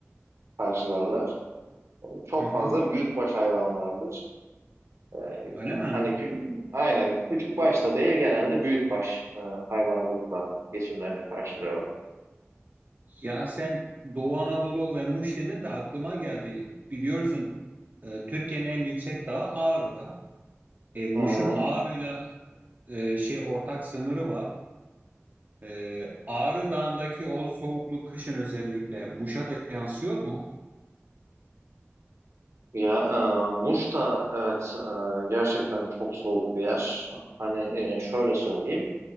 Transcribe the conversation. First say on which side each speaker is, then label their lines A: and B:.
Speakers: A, on the right (about 80°); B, on the right (about 40°).
A: karşılarlar. Çok
B: Hı hı.
A: fazla büyükbaş hayvan vardır. E,
B: Öyle mi?
A: Hani küçük, aynen küçük başta değil genelde büyükbaş e, hayvancılıkla geçimlerini karşılıyorlar.
B: Ya sen Doğu Anadolu ve Muş dedin de aklıma geldi. Biliyorsun e, Türkiye'nin en yüksek dağı Ağrı Dağı. E, Muş'un
A: Hı hı.
B: Ağrı'yla e, şey ortak sınırı var. E, Ağrı Dağı'ndaki o soğukluk kışın özellikle Muş'a da yansıyor mu?
A: Ya e, Muş da evet e, gerçekten çok soğuk bir yer. Hani e, şöyle söyleyeyim